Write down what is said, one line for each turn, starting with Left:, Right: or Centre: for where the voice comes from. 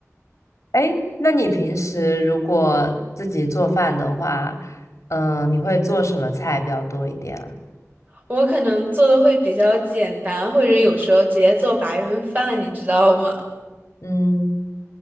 Left: 哎，那你平时如果自己做饭的话，嗯，你会做什么菜比较多一点啊
Right: 我可能做的会比较简单，或者有时候直接做白人饭，你知道吗？
Left: 嗯，